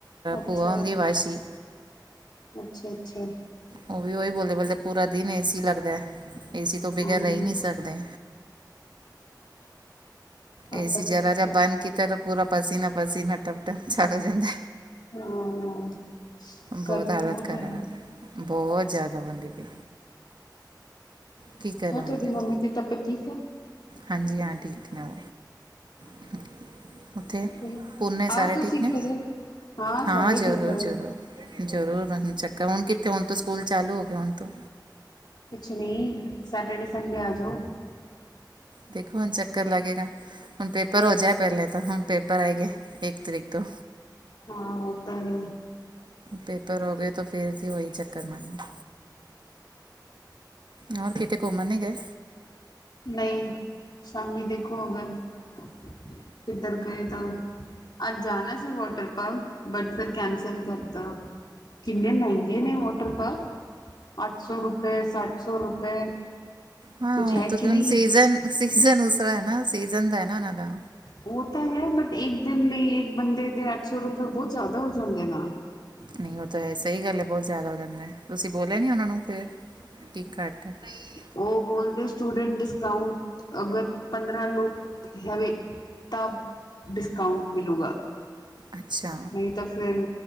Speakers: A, on the left; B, on the right.
A: ਅੱਛਾ
B: ਭੂਆ ਹੁੰਦੀ ਵਾਸ਼ੀ।
A: ਅੱਛਾ ਅੱਛਾ
B: ਉਹ ਵੀ ਉਹੀ ਬੋਲੇ। ਮਤਲਬ ਪੂਰਾ ਦਿਨ ਏ ਸੀ ਲੱਗਦਾ, ਏ ਸੀ ਤੋਂ ਬਗੈਰ
A: ਹਾਂ
B: ਰਹਿ ਹੀ ਨਹੀਂ ਸਕਦੇ।
A: ਆਪਾਂ
B: ਏ ਸੀ
A: ਤਾਂ
B: ਜ਼ਰਾ
A: ਠੀਕ
B: ਜਾ
A: ਹੈ
B: ਬੰਦ ਕੀਤਾ। ਤੇ ਪੂਰਾ ਪਸੀਨਾ ਪਸੀਨਾ ਟਪ ਚੱਲ ਹੋ ਜਾਂਦਾ,
A: ਹਾਂ
B: ਬਹੁਤ
A: ਗਰਮੀ
B: ਹਾਲਤ ਖਰਾਬ
A: ਹੈ ਨਾ
B: ਬਹੁਤ ਜ਼ਿਆਦਾ ਬਣਦੀ ਪਈ। ਕੀ ਕਰੇ
A: ਹੁਣ ਤੁਹਾਡੀ
B: ਫਿਰ
A: ਮੰਮੀ ਦੀ ਤਬੀਅਤ ਠੀਕ ਹੈ।
B: ਹਾਂਜੀ, ਹਾਂ ਠੀਕ ਨੇ ਓ। <unintelligible> ਉੱਥੇ
A: ਹੈ
B: ਪੂਨੇ ਸਾਰੇ
A: ਆਓ ਤੁਸੀਂ
B: ਠੀਕ ਨੇ।
A: ਘਰੇ
B: ਹਾਂ
A: ਸਾਰੇ
B: ਜ਼ਰੂਰ
A: ਠੀਕ ਹਨ
B: ਜ਼ਰੂਰ। ਜ਼ਰੂਰ ਲਗਾਉ ਚੱਕਰ। ਹੁਣ ਕਿੱਥੇ ਹੁਣ ਤੋਂ ਸਕੂਲ ਚਾਲੂ ਹੋ ਗਏ ਹੁਣ ਤੋਂ।
A: ਕੁਛ ਨਹੀਂ। ਸੈਟਰਡੇ ਸੰਡੇ ਆ ਜਾਓ।
B: ਦੇਖੋ ਹੁਣ ਚੱਕਰ ਲੱਗੇਗਾ। ਹੁਣ ਪੇਪਰ ਹੋ ਜਾਏ ਪਹਿਲੇ ਤਾਂ ਹੁਣ ਪੇਪਰ ਆਏਗੇਏ ਇੱਕ ਤਰੀਕ ਤੋਂ।
A: ਹਾਂ, ਉਹ ਤਾਂ ਹੈ।
B: ਪੇਪਰ ਹੋ ਗਏ ਤਾਂ। ਫਿਰ ਸੀ ਹੋਈ ਚੱਕਰ ਮਨੋ। ਹੋਰ ਕਿਤੇ ਘੁੰਮਣ ਨੀ ਗਏ।
A: ਨਹੀਂ। ਸ਼ਾਮੀਂ ਦੇਖੋ ਅਗਰ ਕਿੱਧਰ ਗਏ ਤਾਂ। ਅੱਜ ਜਾਣਾ ਸੀ ਵਾਟਰ ਪਾਰਕ। ਬਟ, ਫਿਰ ਕੈਂਸਲ ਕਰਤਾ। ਕਿੰਨੇ ਮਹਿੰਗੇ ਨੇ ਵਾਟਰ ਪਾਰਕ। ਆਠ ਸੌ ਰੁਪਏ, ਸੱਤ ਸੌ ਰੁਪਏ।
B: ਹਾਂ
A: ਕੁਛ
B: ਉਹ
A: ਹੈ
B: ਤਾਂ
A: ਕਿ
B: ਹੁਣ
A: ਨਹੀਂ
B: ਸੀਜਨ- ਸੀਜਨ ਦੂਸਰਾ ਹੈ ਨਾ ਸੀਜਨ ਦਾ ਨਾ ਉਹਨਾਂ ਦਾ।
A: ਉਹ ਤਾਂ ਹੈ। ਬਟ ਇੱਕ ਦਿਨ ਲਈ ਇੱਕ ਬੰਦੇ ਦੇ ਅੱਠ ਸੌ ਰੁਪਏ ਬਹੁਤ ਜ਼ਿਆਦਾ ਹੋ ਜਾਂਦੇ ਨਾ।
B: ਨਹੀਂ। ਉਹ ਤਾਂ ਹੈ ਸਹੀ ਗੱਲ ਹੈ ਬਹੁਤ ਜ਼ਿਆਦਾ ਹੋ ਜਾਂਦਾ। ਤੁਸੀਂ ਬੋਲਿਆ ਨਹੀਂ ਉਹਨਾਂ ਨੂੰ ਫਿਰ। ਕੀ ਘੱਟ ਹੈ ਨਹੀਂ
A: ਓਹ ਬੋਲਦੇ ਸਟੂਡੈਂਟ ਡਿਸਕਾਊਂਟ, ਅਗਰ ਪੰਦਰਾਂ ਲੋਕ ਹੈ ਵੇ ਤਾਂ ਡਿਸਕਾਊਂਟ ਮਿਲੂਗਾ।
B: ਅੱਛਾ।
A: ਨਹੀਂ ਤਾਂ ਫੇਰ